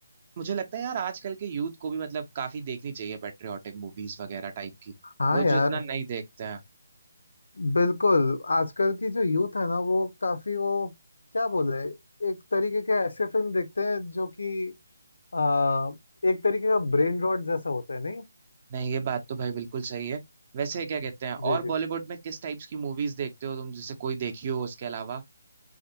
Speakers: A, on the right; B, on the left.
A: मुझे लगता है यार आजकल के यूथ को भी मतलब काफी देखनी चाहिए पेट्रियोटिक मूवीज वगैरह टाइप की
B: हाँ
A: वो जो
B: यार
A: इतना नहीं देखते हैं
B: बिल्कुल आजकल की जो यूथ है ना वो काफी वो क्या बोले एक तरीके के ऐसे फिल्म देखते हैं जो कि आ, एक तरीके का ब्रेन रॉट जैसा होता है नहीं
A: नहीं ये बात तो भाई बिल्कुल सही है वैसे क्या कहते हैं
B: जी
A: और
B: जी
A: बॉलीवुड में किस टाइप्स की मूवीज देखते हो तुम जैसे कोई देखी हो उसके अलावा